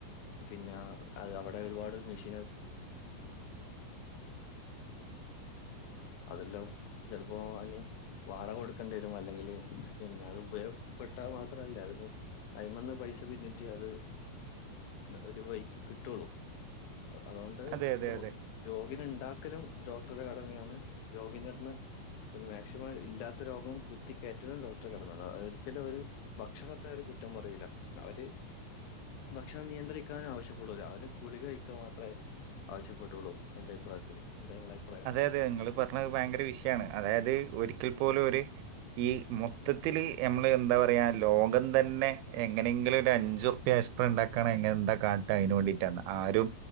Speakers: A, on the left; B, on the right.
A: പിന്നെ ഒ <inaudible> അതെല്ല അപ്പൊ അതിന് വാടക കൊടുക്കേണ്ടി വരും അല്ലെങ്കില് പിന്നെ അത് ഉപയോഗപ്പെട്ടാൽ മാത്രല്ലേ അതിന് അയമന്ന് പൈസ പിന്നിട്ടേ അത് ഒരു വൈക്ക് കിട്ടുള്ളൂ അതുകൊണ്ട്
B: അതെ അതെ
A: ര
B: അതെ
A: രോഗിന ഉണ്ടാക്കലും ഡോക്ടറ കടമയാണ് രോഗന്റെ അടുതന്ന് പിന്നെ മാക്സിമം ഇല്ലാത്ത രോഗം കുത്തിക്കയറ്റലും ഡോക്ടർ കടമ ഒരിക്കലും ഒരു ഭക്ഷണത്തെ ഒരു കുറ്റ റയൂല അവര് ഭക്ഷണം നിയന്ത്രിക്കാനും ആവശ്യപ്പെടൂല അവര് ഗുളിക കഴിക്കുക മാത്രമേ ആവശ്യപ്പെട്ടുള്ളൂ എന്റെ അഭിപ്രായത്തില് എന്താ നിങ്ങളെ അഭിപ്രായം?
B: അതെ അതെ ഇങ്ങള് പറഞ്ഞത് ഭയങ്കര വിഷ്യയാണ് അതായത് ഒരിക്കൽ പോലും ഒരു ഈ മൊത്തത്തില് ഞമ്മള് എന്താ പറയാ ലോകം തന്നെ എങ്ങനെങ്കിലും ഒരു അഞ്ചു ഉർപ്യ <unintelligible> ണ്ടാക്കാനായി എങ്ങനെ എന്താ കാട്ടാ അയിനു വേണ്ടിട്ടാണ് ആരും